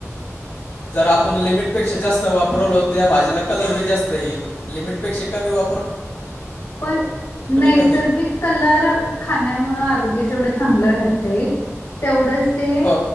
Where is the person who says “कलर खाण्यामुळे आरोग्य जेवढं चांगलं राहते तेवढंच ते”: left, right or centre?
Left